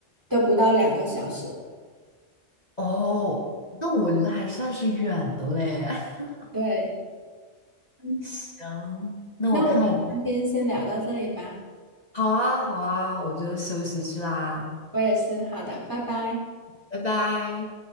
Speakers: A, on the right; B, on the left.
A: 都不到两个小时。
B: 哦。那我觉得还算是远的嘞。<laughs>
A: 对，嗯，
B: 行，那我看我
A: 那我们今天先聊到这里吧。
B: 好啊，好啊，我就休息去啦，
A: 我也是，好的，拜拜。
B: 拜拜。